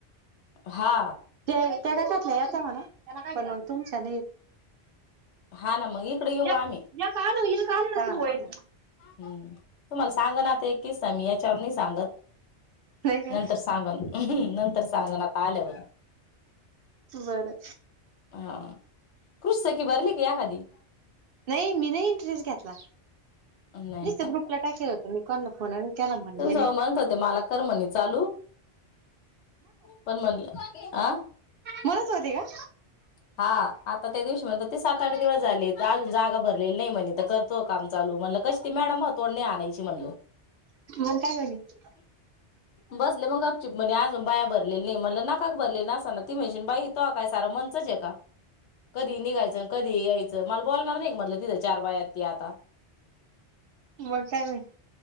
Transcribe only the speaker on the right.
ते त्या करत्यात आता म्हणा पण तुमच्या नाही
या
या काल होईल काल होईल
का
बरं
नाही मी नाही इंटरेस्ट घेतला.
नुसतं
ग्रुपला टाकेल होतं मी कोणाला फोन नाही केला म्हणले
नाही
मलाच होती का?
मग काय म्हणे
मग म